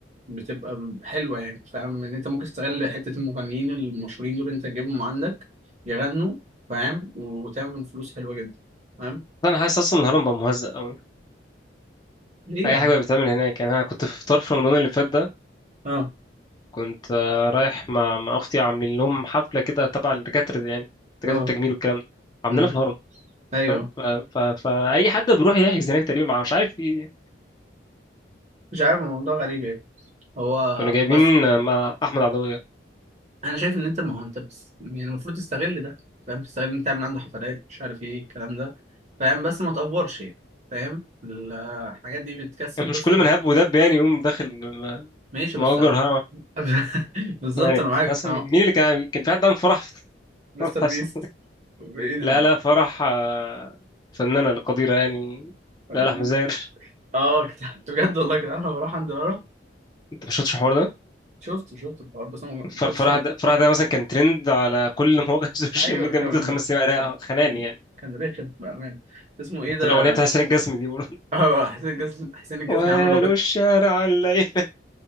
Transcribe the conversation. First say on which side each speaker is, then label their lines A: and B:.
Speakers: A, on the right (about 40°); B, on the left (about 20°).
A: بتبقى حلوه يعني فاهم ان انت ممكن تستغل حته المغنيين المشهورين دول انت تجيبهم عندك يغنوا فاهم وتعمل فلوس حلوه جدا فاهم
B: أنا حاسس أصلا الهرم بقى مهزأ قوي
A: ليه
B: أي
A: يا عم
B: حاجة بقى بتتعمل هناك يعني أنا كنت في فطار في رمضان اللي فات ده
A: اه
B: كنت آه، رايح مع مع أختي عاملين لهم حفلة كده تبع الدكاترة دي يعني دكاترة
A: اه
B: التجميل والكلام ده عاملينها
A: امم
B: في الهرم
A: ايوه
B: ف... ف... فأي حد بيروح يحجز هناك تقريبا مع مش عارف في
A: مش عارف الموضوع غريب يعني هو
B: كانوا جايبين
A: بس
B: مع أحمد عدوية
A: انا شايف ان انت ما هو انت بس يعني المفروض تستغل ده فاهم تستغل ان انت تعمل عنده حفلات مش عارف ايه الكلام ده فاهم بس ما تقفرش يعني فاهم الحاجات دي بتكسب
B: يعني
A: بس
B: مش كل
A: ما...
B: من هب ودب يعني يقوم داخل م-
A: ماشي
B: مؤجر
A: بس
B: ها
A: <laughs> بالظبط
B: يعني
A: انا معاك
B: مثلا
A: اه
B: مين اللي كان كان في حد عامل فرح <laughs>
A: مستر
B: فرح اسمه
A: بيست مين
B: لا لا فرح آه، فنانة القديرة يعني
A: الفنان
B: لا لا أحمد زاهر
A: اه كنت بجد والله كده انا بروح عند لارا
B: <laughs> أنت ما شفتش الحوار ده؟
A: شفت شفت الحوار بس انا ما
B: فر-
A: كنتش
B: فرح ده فرح ده مثلا كان ترند على كل مواقع <laughs> السوشيال
A: ايوه
B: ميديا
A: كان
B: مدة خمس أيام
A: كان
B: خناني
A: كان
B: يعني
A: كان رخم بامان اسمه ايه
B: قلت
A: ده
B: له أغنية بتاع حسين الجسمي دي بقول
A: <laughs> اه حسين الجسمي حسين
B: <laughs>
A: الجسمي
B: وهلو
A: عامل له
B: الشارع الليل